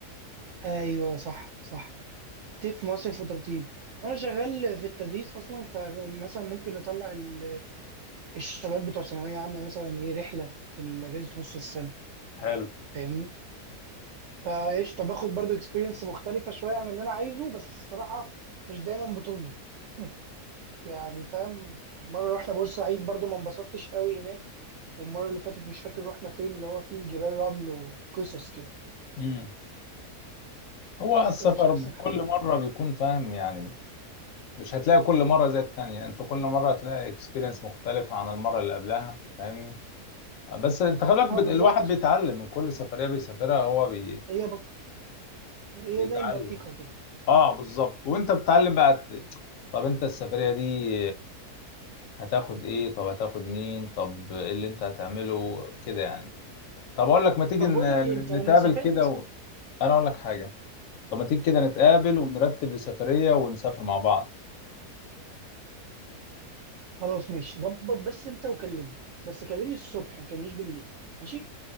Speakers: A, on the right; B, on the left.
A: ايوه صح صح تف مصرف وترطيب وانا شغال في التدريس اصلا فمثلا ممكن نطلع ال- الشباب بتوع ثانويه عامه مثلا ايه رحله في اجازه نص السنه
B: حلو
A: فاهمني فايش طب اخد برضو اكسبيرينس مختلفه شويه عن اللي انا عايزه بس الصراحه مش دايما بتظبط <laughs> يعني فاهم مره رحنا بورسعيد برضو ما انبسطتش قوي هناك والمره اللي فاتت مش فاكر رحنا فين اللي هو فيه جبال رمل وقصص كده
B: امم هو
A: بس
B: السفر
A: مش احسن حاجه
B: كل
A: يعني
B: مره بيكون فاهم يعني مش هتلاقي كل مره زي التانية انت كل مره هتلاقي اكسبيرينس مختلف عن المره اللي قبلها فاهمني بس انت خلي بالك
A: اه
B: بت-
A: بالظبط
B: الواحد بيتعلم من كل سفريه بيسافرها هو بي...
A: هي هي
B: بيتعلم
A: زي البطيخة كده
B: اه بالظبط وانت بتتعلم بقى ت- طب انت السفريه دي هتاخد ايه طب هتاخد مين طب ايه اللي انت هتعمله كده يعني طب اقول لك ما تيجي
A: طب
B: ن-
A: بقول لك ايه انت لما
B: نتقابل
A: سافرت
B: كده و... انا اقول لك حاجة طب ما تيجي كده نتقابل
A: قول لي
B: ونرتب لسفرية ونسافر مع بعض
A: خلاص ماشي ظبط بس انت وكلمني بس كلمني الصبح ما تكلمنيش بالليل ماشي